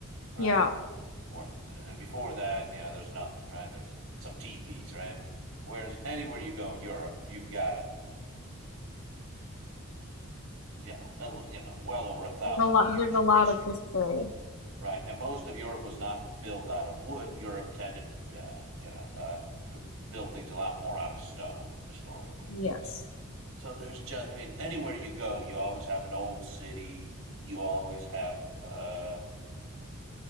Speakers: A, on the right; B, on the left.
A: right?
B: Yeah,
A: Or and before that, you know, there's nothing, right? There's some teepees, right? Whereas anywhere you go in Europe, you've got a you know, uh, you know, well over a thousand
B: there's a lot.
A: years
B: There's a
A: of
B: lot
A: history,
B: of history.
A: right? And most of Europe was not built out of wood. Europe tended, uh, you know, uh, to build things a lot more out of stone, historically
B: Yes.
A: at least. So there's just, I mean, anywhere you go, you always have an old city. You always have uh,